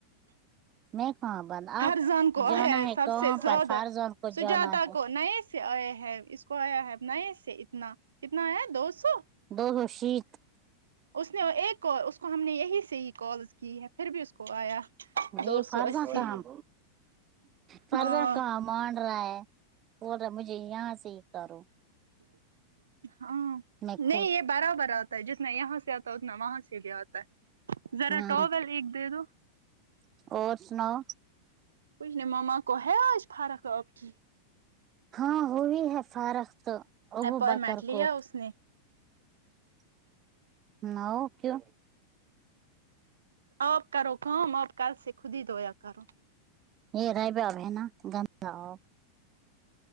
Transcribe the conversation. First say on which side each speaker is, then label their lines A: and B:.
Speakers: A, on the right; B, on the right.
A: میں کہاں بند آپ
B: فرضان کو
A: جانا
B: آ
A: ہے
B: سب
A: کہاں
B: سے زیادہ
A: پر فرزان کو
B: سجاتا
A: جانا ہے
B: کو نئے سے آئے ہے اس کو آیا ہےنا سے اتنا اتنا آیا دو سو
A: دوشت
B: اس نے ایک اس کو ہم نے یہی سے ہی کالس کی ہے پھر بھی اس کو آیا
A: یہ
B: دو
A: فرزا
B: سو اسی
A: کام فرضا
B: ہاں
A: کام مان رہا ہے بول رہا مجھے یہاں سے ہی کرو
B: ہاں
A: میں
B: نہیں
A: خود
B: یہ بارہ بار تھا جتنا یہاں سے آتا ہے اتنا وہاں سے بھی آتا ہے ذرا
A: ہاں
B: ٹاول ایک دے دو
A: اور سناؤ
B: کچھ نے مما کو ہے آج فرق آپ کی
A: ہاں وہی ہے فارق تو ابو
B: اپوائنمنٹ
A: بکر
B: لیا
A: کو
B: اس نے
A: نہ کیوں
B: آپ کرو کام آپ کل سے خود ہی دھویا کرو
A: یہ رائبہ اب ہے نا گنداپ